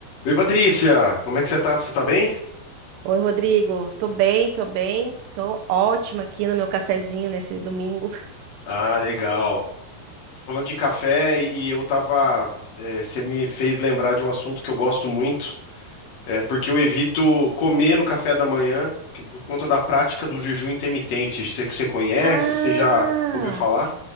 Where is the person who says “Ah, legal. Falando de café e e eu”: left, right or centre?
Left